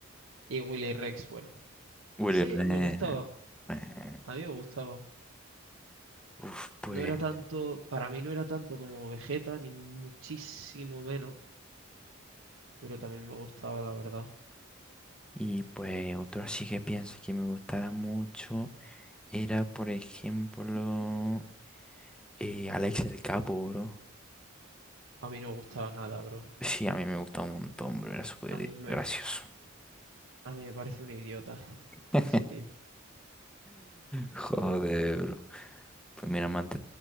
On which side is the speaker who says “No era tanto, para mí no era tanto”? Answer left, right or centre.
Right